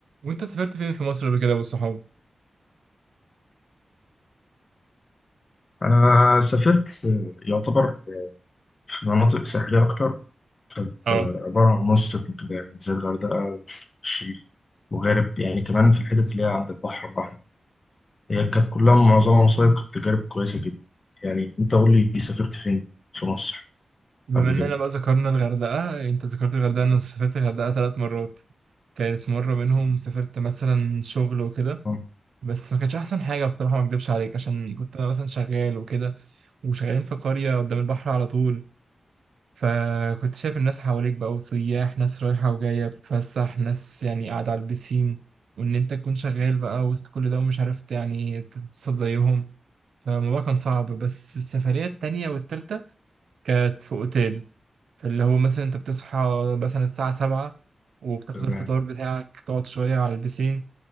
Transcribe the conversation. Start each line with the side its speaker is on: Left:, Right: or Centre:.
Right: وانت سافرت فين في مصر قبل كده والصحاب
Left: أنا سافرت يعتبر في مناطق ساحلية أكتر كانت
Right: اه
Left: عبارة عن مصيف وكده يعني زي الغردقة والشيخ وغارب يعني كمان في الحتت اللي هي عند البحر الأحمر هي كانت كلها معظمها مصايف كانت تجارب كويسة جدا يعني أنت قول لي سافرت فين في مصر
Right: بما
Left: قبل
Right: اننا
Left: كده
Right: بقى ذكرنا الغردقة انت ذكرت الغردقة انا سافرت الغردقة ثلاث مرات كانت مرة منهم سافرت مثلا شغل وكده
Left: آه،
Right: بس ما كانش احسن حاجة بصراحة ما اكدبش عليك عشان كنت انا مثلا شغال وكده وشغالين في قرية قدام البحر على طول فكنت شايف الناس حواليك بقى وسياح ناس رايحة وجاية بتتفسح ناس يعني قاعدة على البسين وإن أنت تكون شغال بقى وسط كل ده ومش عرفت يعني تتبسط زيهم فالموضوع كان صعب بس السفرية التانية والتالتة كانت في اوتيل فاللي هو مثلا انت بتصحى مثلا الساعة سبعة وبتاخد
Left: تمام
Right: الفطار بتاعك تقعد شوية على البسين